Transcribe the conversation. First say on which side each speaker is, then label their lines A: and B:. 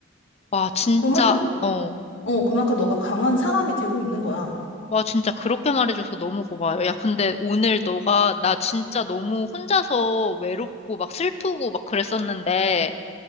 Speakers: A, on the left; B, on the left.
A: 와, 진짜,
B: 그만큼,
A: 어,
B: 어, 그만큼 너가
A: 어.
B: 강한 사람이 되고 있는 거야.
A: 와, 진짜 그렇게 말해줘서 너무 고마워요. 야, 근데 오늘 너가 나 진짜 너무 혼자서 외롭고 막 슬프고 막 그랬었는데